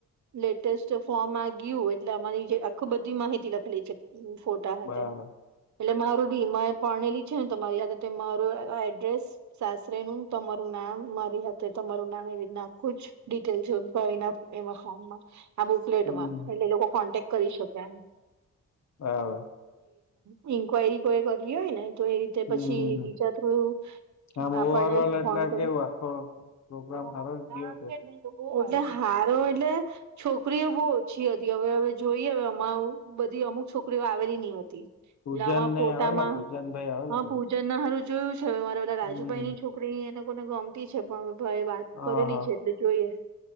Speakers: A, on the right; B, on the left.
A: લેટેસ્ટ ફોર્મ આ ગયું એટલે અમારી જે આખું બધી માહિતી લખેલી છે. હમ ફોટા હાથે.
B: બરાબર
A: એટલે મારું ભી મેં પરણેલી છે ને તોરી હાથે થઈ મારું- એડ્રેસ સાસરી નું, તમારું નામ મારી હાથે તમારું નામ એવી રીતે આખું જ ડિટેલ જો ભાઈ ના એના એમાં ફોમમાં આ બુકલેટમાં
B: હમ
A: એટલે લોકો કોન્ટેક કરી શકે એમ
B: હા
A: ઇન્કવાયરી કોઈ કરી હોય ને તો એ રીતે
B: હમ
A: પછી બીજા થ્રુ
B: આમ
A: આપને
B: ઓવર ઓલ એટલે
A: કોણ કોણ
B: કેવું આખો પ્રોગ્રામ
A: <unintelligible>
B: હારો જ ગયો કે
A: એટલે હારો એટલે છોકરીઓ બહુ ઓછી હતી. હવે હવે જોઈએ હવે આમાં બધી અમુક છોકરીઓ આવેલી ની હતી એટલે
B: પૂજન
A: હ
B: ને
A: ફોટામાં
B: આવેલા પૂજન
A: હા
B: ભાઈ આવેલા
A: અમારા
B: કે
A: પૂજન
B: નઈ?
A: ના હારુ જોયું છે હવે મારા ઓલા રાજુભાઈ
B: હમ
A: ની છોકરી એ લોકોને ગમતી છે પણ ભાઈએ વાત
B: હા
A: કરેલી
B: હા
A: છે એટલે જોઈએ.